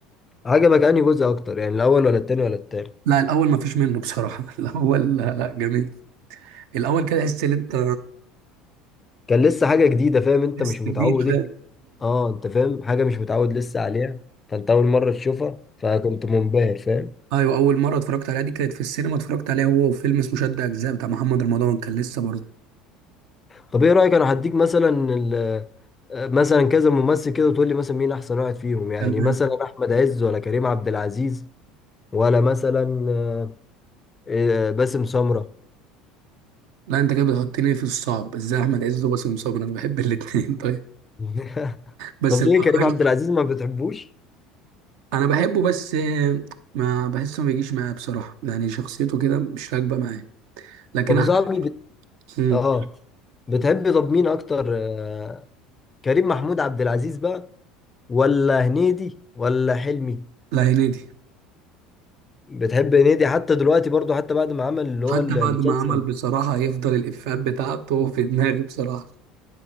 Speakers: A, on the left; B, on the right.
A: عجبك انهي جزء اكتر يعني الاول ولا التاني ولا التاني
B: لا الاول ما فيش منه بصراحه <laughs> الاول لا لا جميل الاول كده تحس ان انت
A: كان لسه حاجة جديدة فاهم انت
B: تحس
A: مش متعود
B: جديد
A: ايه
B: ده
A: اه انت فاهم حاجة مش متعود لسه عليها فانت اول مرة تشوفها فكنت منبهر فاهم
B: ايوه اول مره اتفرجت عليها دي كانت في السينما اتفرجت عليها هو وفيلم اسمه شد اجزاء بتاع محمد رمضان كان لسه برضه
A: طب ايه رأيك انا هديك مثلا ال- مثلا كذا ممثل كده وتقول لي مثلا مين احسن واحد فيهم يعني
B: تمام
A: مثلا احمد عز ولا كريم عبد العزيز ولا مثلا آه، آه، باسم سمرة
B: لا انت كده بتحطني في الصعب ازاي احمد عز وباسم سمرة انا بحب الاثنين <laughs> طيب
A: <laughs>
B: بس
A: طب
B: لو
A: ليه
B: هخير-
A: كريم عبد العزيز ما بتحبوش
B: انا بحبه بس آه، ما بحسه ما بيجيش معايا بصراحه يعني شخصيته كده مش راكبه معايا لكن
A: طب يا
B: احمد
A: صاحبي بت...
B: مم.
A: اه بتحب طب مين اكتر آه، كريم محمود عبد العزيز بقى ولا هنيدي ولا حلمي
B: لا هنيدي
A: بتحب هنيدي حتى دلوقتي برضو حتى بعد ما عمل اللي
B: حتى
A: هو المسلسل
B: بعد ما عمل بصراحه هيفضل الافيهات بتاعته في دماغي بصراحه